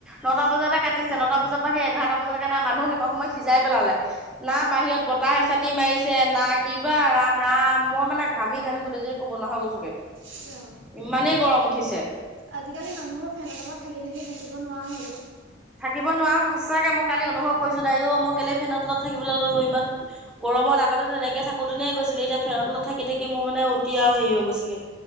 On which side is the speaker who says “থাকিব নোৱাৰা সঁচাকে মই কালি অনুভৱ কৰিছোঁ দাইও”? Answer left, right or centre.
Centre